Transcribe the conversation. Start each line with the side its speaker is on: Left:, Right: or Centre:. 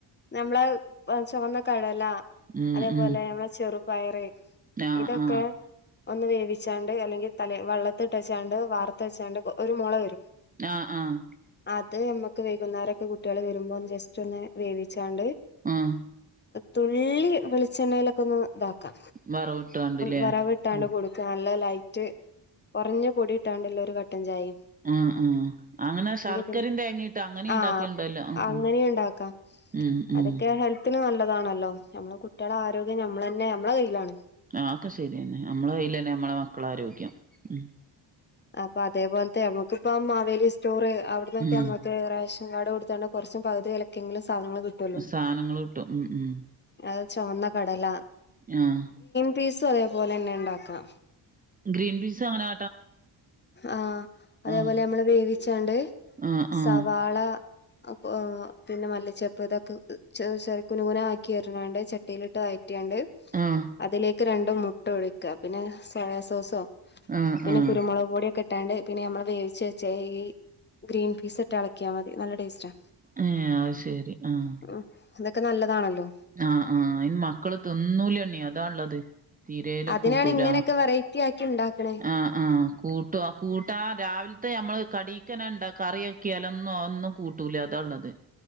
Left: നമ്മളെ ആ ചുവന്ന കടല
Right: ഉം
Left: അതേപോലെ
Right: ഉം
Left: മ്മളെ ചെറുപയറ്
Right: ആഹ്
Left: ഇതൊക്കെ
Right: ആ
Left: ഒന്ന് വേവിച്ചാണ്ട് അല്ലെങ്കിൽ തലേ വള്ളത്ത്ട്ടെച്ചാണ്ട് വാർത്ത് വെച്ചാണ്ട് ഒരു മൊള വരും
Right: ആ ആഹ്
Left: അത് ഞമ്മക്ക് വൈകുന്നേരൊക്കെ കുട്ട്യാൾ വരുമ്പം ജസ്റ്റ് ഒന്ന് വേവിച്ചാണ്ട്
Right: ആഹ്
Left: തുള്ളി വെളിച്ചെണ്ണയിലൊക്കൊന്ന് താക്കാ
Right: വറവിട്ടാണ്ട്ല്ലേ
Left: വറവ്ട്ടാണ്ട്
Right: ഉം
Left: കൊടുക്ക നല്ല ലൈ റ്റ് കൊറഞ്ഞ പൊടിട്ടാണ്ട്ള്ളൊര് കട്ടൻ ചായിം
Right: ആ ആഹ് അങ്ങനെ ശർക്കരിം
Left: പിന്നെ
Right: തേങ്ങീട്ട് അങ്ങനിം
Left: ആഹ്
Right: ണ്ടാക്കൽണ്ടല്ലോ ഉം
Left: അങ്ങനെയും ഉണ്ടാക്കാം
Right: ഉം ഉം
Left: അതൊക്കെ ഹെൽത്തിന് നല്ലതാണല്ലോ. ഞമ്മളെ കുട്ട്യാളെ ആരോഗ്യം ഞമ്മളെന്നെ ഞമ്മളെ കയ്യിലാണ്.
Right: ആ ഒക്കെ ശെര്യന്നെ ഞമ്മളെ കയ്യിലെന്നെ മ്മളെ മക്കളാരോഗ്യം ഉം.
Left: അപ്പൊ അതേപോൽത്തെ ഞമ്മക്ക്പ്പം മാവേലി സ്റ്റോർ അവ്ട്ന്നൊക്കെ ഞമ്മക്ക്
Right: ഉം
Left: റേഷ ൻകാർഡ് കൊട്ത്താണ്ട് കൊർച്ചും പകുതിവെലക്കെങ്കിലും സാധനങ്ങൾ കിട്ടുല്ലോ
Right: സാനങ്ങള് കിട്ടും ഉം ഉം
Left: അഹ് ചൊമന്ന കടല
Right: ആഹ്
Left: പീസുഅതേപോലെന്നെ ണ്ടാക്കാ.
Right: ഗ്രീൻ പീസും ങ്ങനാ
Left: ആഹ അതേപോലെ
Right: ആഹ്
Left: ഞമ്മള് വേവിച്ചാണ്ട്
Right: ആഹ് ആഹ്
Left: സവാള അപ്പൊ പിന്നെ മല്ലിച്ചെപ്പ് തൊക്കെ ചെർ ചെറി കുനുകുനാ ആക്കി അരിഞാണ്ട് ചട്ടിയിലിട്ട് വൈ റ്റിയാണ്ട്
Right: ആഹ്
Left: അതിലേക്ക് രണ്ട് മുട്ട ഒഴിക്ക പിന്നെ സോയാ സോസോ
Right: ആഹ്
Left: പിന്നെ
Right: ആഹ്
Left: കുരുമുക് പൊടിക്കെ ട്ടാണ്ട് പിന്നെ ഞമ്മൾ വേവിച്ചെച്ച ഈ ഗ്രീൻ പീസ് ഇട്ട് എളക്ക്യാ മതി നല്ല ടേസ്റ്റാ.
Right: ഏ അഹ് ശരി ആഹ്
Left: ഉം അതൊക്കെ നല്ലതാണല്ലോ
Right: ആഹ് ആ അയ്ന് മക്കള് തിന്നൂലണ്ണീ അതാള്ളത് തീരേലും
Left: അതിനാണ്
Right: കൂട്ടൂല
Left: ഇങ്ങനെയൊക്കെ വെറൈറ്റി ആക്കി ഉണ്ടാക്കണേ
Right: ആഹ് ആഹ് കൂട്ടു ആ കൂട്ടാ രാവിൽ ത്തെ ഞമ്മള് കടീക്കെന്നെ ണ്ട കറിയാക്ക്യാലൊന്നും അഒന്നും കൂട്ടൂല അതാള്ളത്